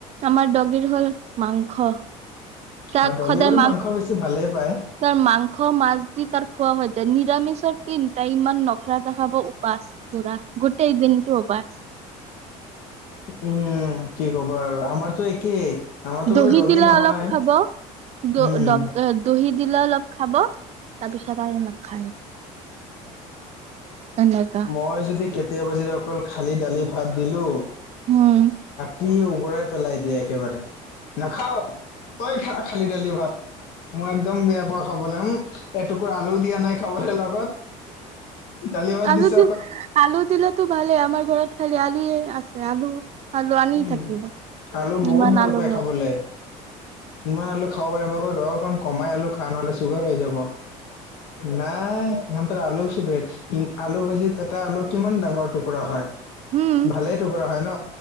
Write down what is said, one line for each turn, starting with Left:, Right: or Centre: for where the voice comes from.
Right: আমাৰ এখিনি মাংস। তাক
Left: আৰু দগীবোৰো
Right: সদায়
Left: মাংস বেছি ভালেই পায়।
Right: তাৰ মাংস, মাছ দি তাৰ খোৱা হৈ যায়। নিৰামিষৰ কি চিন্তাই ইমান ন পখৰা দে হাব <unintelligible> উপাস পৰা গোটেই দিনটো উপাস
Left: উম কি কবা আৰু আমাৰতো একেই, আমাৰতো
Right: দহি
Left: বাৰু ডগী
Right: দিলে
Left: নহয়
Right: অলপ খাব, দ
Left: উম
Right: দহি দিলে অলপ খাব। তাৰপিছত আৰু নাখায়। এনেকা
Left: মই যদি কেতিয়াবা জিয়াম অকল খালি দালি ভাত দিলোঁ।
Right: উম।
Left: কি উগৰাই পেলাই দিয়ে একেবাৰে। নাখাও তই খা খালি ডালি ভাত মই একদম বেয়া পাওঁ। ক'বলৈ ও এটুকুৰা আলু কি আনে খাবলে লগত দালি ভাত
Right: আলু
Left: দিছে
Right: দি আলু দিলাতো ভালেই আমাৰ ঘৰত খালি আ <unintelligible> আছে আলু আলু আনি
Left: উম
Right: থাকিব
Left: আলু বহুত
Right: ইমান
Left: ভাল
Right: আলু
Left: পাই
Right: ঘৰ
Left: খাবলে ইমান আলু খাব পাৰে মই ৰ অকণ কমাই আলু খা নহলে চুগাৰ হৈ যাব। নাই। ইহঁতৰ আলু ফেভৰেট ইম আলু ভাজিত এটা আলু কিমান ডাঙৰ টুকুৰা হয়।
Right: উম,
Left: ভালেই টুকুৰা হয় ন